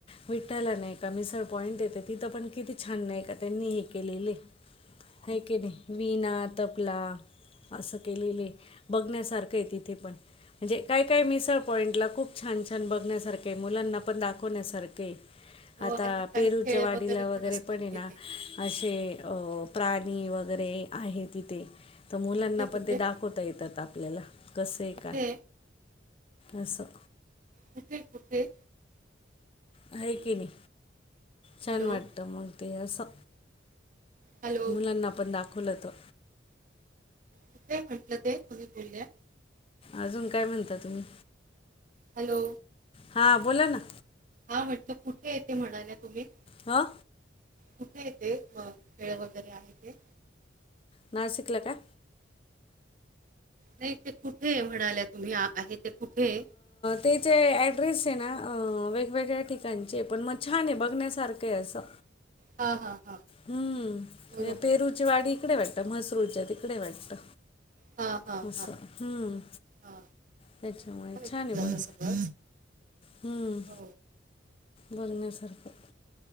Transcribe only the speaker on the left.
विठ्ठला नाही का मिसळ पॉईंट आहे तर तिथं पण किती छान नाही का त्यांनी हे केलेले हाय की नाही, वीणा, तबला असं केलेलं हे, बघण्यासारखं आहे तिथे पण. म्हणजे काय काय मिसळ
पॉईंटला खूप छान छान बघण्यासारखे मुलांना पण दाखवण्यासारखे आता
पेरूच्या
वाडीला वगैरे
पण हे ना
अशे अ प्राणी वगैरे आहे तिथे, तर मुलांना
पण ते दाखवता येतात आप ल्याला कसं हे
काय. असं
आहे कीणी छान
वाटतं मग ते असं
मुलांना पण दाखवलं होतं
अजून काय म्हणता तुम्ही?
हां बोला ना.
हां
नासिकला का?
तेचे ॲड्रेस आहे ना वेगवेगळ्या ठिकाणचे, पण मग छान आहे बघण्यासारखं आहे असं.
हम्म,
पेरूची वाडी इकडे वाटतं, म्हसरूच्या तिकडे वाटत.
असं
हम्म.
त्याच्यामुळं छान
आहे बघा
हम्मं,
बघण्यासारखं